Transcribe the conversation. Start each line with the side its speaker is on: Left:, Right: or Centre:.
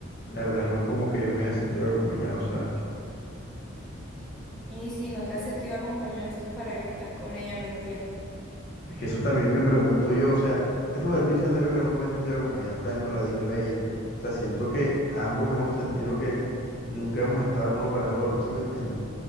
Left: la verdad no es como que yo me haya sentido acompañado, ¿sabes?
Centre: Y si no te has sentido acompañado, entonces ¿para qué estás con ella? No entiendo.
Left: Es que eso también me pregunto yo, o sea, esto que te estoy diciendo yo que nunca me he sentido acompañado, eso también me lo ha dicho ella. O sea, siento que ambos hemos sentido que nunca hemos estado el uno para el otro, ¿sí me entiendes?